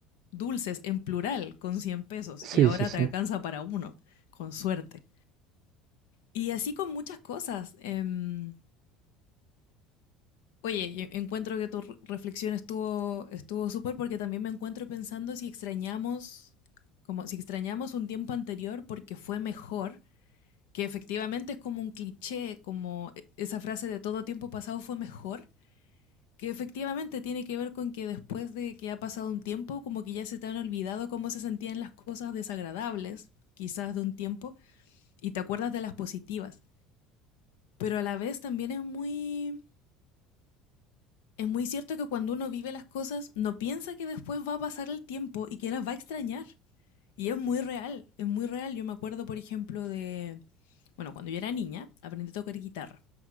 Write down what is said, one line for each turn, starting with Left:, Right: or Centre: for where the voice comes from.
Left: dulces en plural con cien pesos
Right: Sí,
Left: y ahora
Right: sí, sí.
Left: te alcanza para uno, con suerte. Y así con muchas cosas. em, Oye, yo encuentro que tu re- reflexión estuvo estuvo súper porque también me encuentro pensando si extrañamos como si extrañamos un tiempo anterior porque fue mejor, que efectivamente es como un cliché, como e- esa frase de todo tiempo pasado fue mejor, que efectivamente tiene que ver con que después de que ha pasado un tiempo, como que ya se te han olvidado cómo se sentían las cosas desagradables, quizás de un tiempo, y te acuerdas de las positivas. Pero a la vez también es muy Es muy cierto que cuando uno vive las cosas, no piensa que después va a pasar el tiempo y que las va a extrañar. Y es muy real, es muy real. Yo me acuerdo, por ejemplo, de, bueno, cuando yo era niña, aprendí a tocar guitarra.